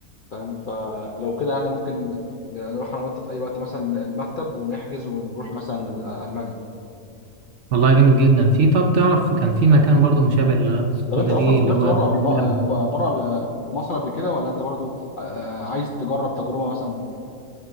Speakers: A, on the left (about 60°); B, on the right (about 65°).
A: فاهم فلو كده يعني ممكن نروح انا وانت في اي وقت مثلا المكتب ونحجز ونروح مثلا ال- المانيا
B: والله جامد جدا في طب تعرف كان في مكان برضو مشابه للغابه السوداء
A: طب انت اصلا
B: دي
A: سافرت
B: اللي هو
A: بره قبل ما
B: الامن
A: بره مصر قبل كده ولا انت برضو آه، عايز تجرب تجربه مثلا